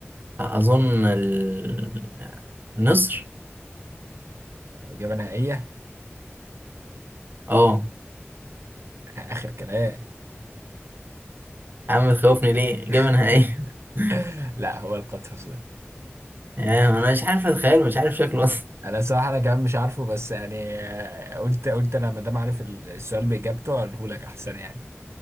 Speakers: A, on the right (about 50°); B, on the right (about 80°).
A: اظن ال... النصر
B: إجابة نهائية
A: اه
B: آخر كلام
A: يا عم تخوفني ليه اجابة
B: <laughs>
A: نهائية <laughs>
B: لا هو القطرس ده
A: آه، انا مش عارف اتخيل مش عارف شكله اصلا
B: انا صراحه انا كمان مش عارفه بس يعني آه، قلت قلت انا ما دام عارف ال- السؤال باجابته اقوله لك احسن يعني